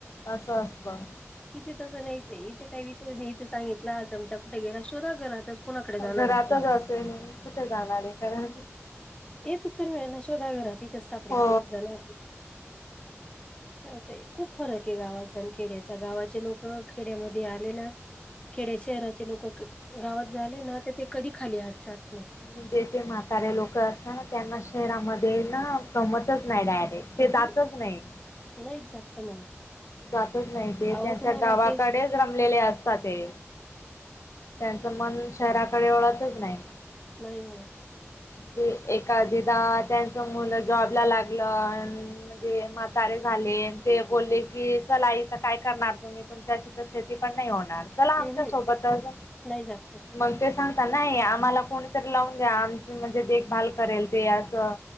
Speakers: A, on the left (about 75°); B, on the left (about 20°).
A: असं असतं.
B: इथे तसं नाहीचय इथे काही विषय नाही इथे सांगितला आमच्या कुठे गेला शोधा घरात.... कुणाकडे जाणार
A: घरातच
B: आहे आपल्यावर...
A: असेल कुठे जाणार आहे कारण
B: हेच उत्तर मिळेल ना शोधा घरहात तिथंच सापडेल
A: हो
B: कुठेच जाणार नाही... असं आहे खूप फरक आहे गावाचा आणि खेड्यात.... आ गावाचे लोक खेड्यामध्ये आले ना खेड्या शहराचे लोक.... गावात झाले ना तर ते कधी खाली आातात...
A: म्हणजे जे म्हातारे लोक असत ना त्यांना शहरामध्ये ना गमतच.. नाही डायरेक्ट ते
B: अहं
A: जातच नाही...
B: नाहीच जागत म्हणे
A: जातच नाही ते
B: अहो
A: त्यांच्या
B: तुम्हाला
A: गावाकडेच
B: तेच
A: रमलेले असतात ते.... त्यांचं मन शहराकडे ओळतच नाही.
B: नाही माहित..
A: <unintelligible> त्यांचं मुलं जॉबला लागलं म्हणज ते म्हातारे झाले ते बोलले की.... काय करणार तुम्ही तुमच्याशी तर शेती पण नाही होणार... चला आमच्या
B: अहं
A: सोबतच
B: नाही जागत
A: मग ते.... सांगता नाही आम्हाला कोणीतरी लावून द्या आम.... म्हणजे देखभाल करेल ते असं